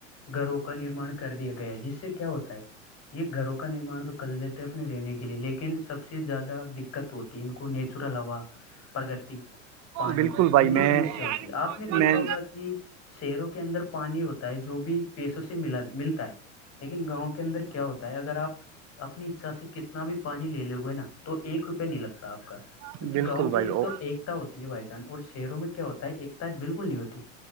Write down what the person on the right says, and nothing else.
بالکل
بھائی
میں
میں
بالکل
بھائی
او